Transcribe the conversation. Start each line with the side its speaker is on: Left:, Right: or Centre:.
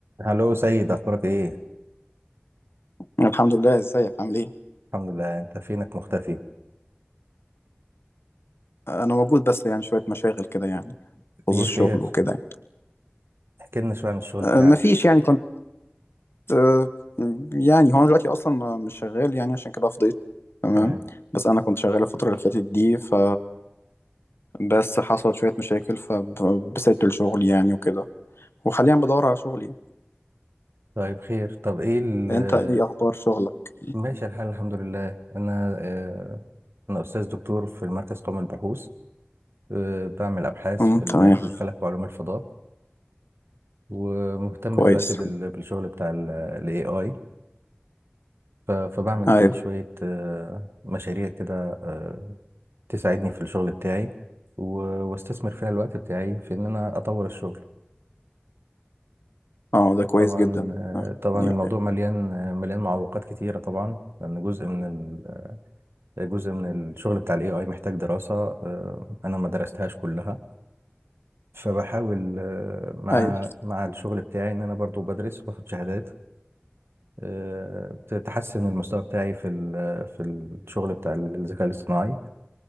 Right: هلو سيد اخبارك ايه
Left: الحمد لله ازيك عامل ايه
Right: الحمد لله انت فينك مختفي
Left: انا موجود بس يعني شويه مشاغل كده يعني
Right: ليه
Left: خصوص
Right: خير
Left: الشغل وكده يعني
Right: احكي لنا شويه عن الشغل
Left: أه،
Right: بتاعك
Left: مفيش يعني كنت أه، يعني هو انا دلوقتي اصلا ما- مش شغال يعني عشان كده فضيت تمام
Right: تمام
Left: بس انا كنت شغال الفتره اللي فاتت دي ف بس حصلت شويه مشاكل فبسيبت الشغل يعني وكده وحاليا بدور على شغل يعني
Right: طيب خير طب ايه ال-
Left: انت
Right: آه،
Left: ايه اخبار شغلك
Right: ماشي الحال الحمد لله انا آه، انا استاذ دكتور في المركز قومي للبحوث آه، بعمل ابحاث
Left: امم
Right: في
Left: تمام
Right: ال- في الفلك وعلوم الفضاء ومهتم
Left: كويس
Right: دلوقتي بال- بالشغل بتاع الاي اي فبعمل
Left: ايوه
Right: فيه شويه آه، مشاريع كده آه، تساعدني في الشغل بتاعي و- واستثمر فيها الوقت بتاعي في ان انا اطور الشغل
Left: اه ده كويس
Right: طبعا
Left: جدا
Right: آه،
Left: آه،
Right: طبعا
Left: يعني-
Right: الموضوع مليان آه، مليان معوقات كتيرة طبعا لأن جزء من ال... جزء من الشغل بتاع الاي اي محتاج دراسة آه، أنا ما درستهاش كلها فبحاول آه، مع
Left: ايوه
Right: مع الشغل بتاعي إن أنا برضو بدرس واخد شهادات آه، تحسن المستوى بتاعي في ال... في الشغل بتاع الذكاء الاصطناعي